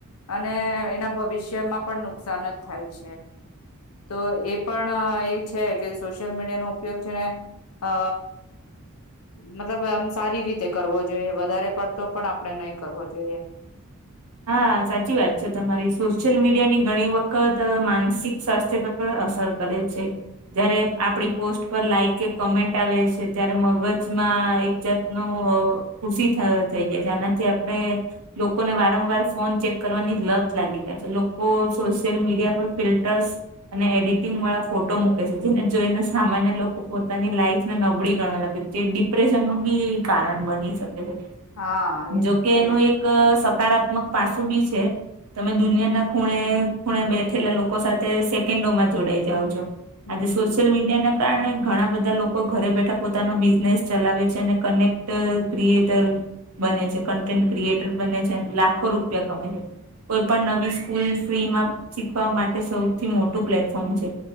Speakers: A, on the left; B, on the right.
A: અને એના ભવિષ્યમાં પણ નુકસાન જ થાય છે. તો એ પણ એ છે કે સોશિયલ મીડિયા નો ઉપયોગ છે ને અ મતલબ આમ સારી રીતે કરવો જોઈએ વધારે પડ. તો પણ આપડણે નહી કરવો જોઈએ.
B: હા સાચી વાત છે તમારી સોશિયલ મીડિયા ની ઘણી વખત માનસિક સ્વાસ્થ્ય. પર અસર કરે છે. જયારે આપડી પોસ્ટ પર લાઈક કે કમેન્ટ આવે છે ત્યારે મગજમાં એક જાત. નું ખુશી થઈ જાય છે આનાથી આપણે લોકોને વાત. વારંવાર ફોન ચેક કરવાની લત લાગી જય છે લોકો સોશિયલ મીડિયા પર ફિલ્ટર્સ. અને એડિટિંગ વાળા ફોટો મૂકે છે જેને જોઈને સામાન્ય લોકો પોતાની લાઈફને નબળી ગણવા લાગે છે. તે ડિપ્રેશન નું બી કારણ બની શકે છે.
A: હા એ
B: જોકે
A: તો છે
B: એનું
A: જ
B: એક સકારાત્મક પાસું બી છે. તમે દુનિયાના ખૂણે ખૂણે બેઠેલા લોકો સાથે સેકન્ડોમાં જોડાઈ જાઓ છો
A: હમ
B: આજે સોશિયલ મીડિયા ના કારણે ઘણા બધા લોકો ઘરે બેઠા પોતાનો બિઝનેસ ચલાવે છે અને કનેક્ટ ક્રિએટર બને છે કન્ટેન્ટ ક્રિએટર બને છે લાખો રૂપિયા કમાય છે કોઈ પણ નવી સ્કૂલ ફ્રીમાં શીખવા માટે સૌથી મોટું પ્લેટફોર્મ છે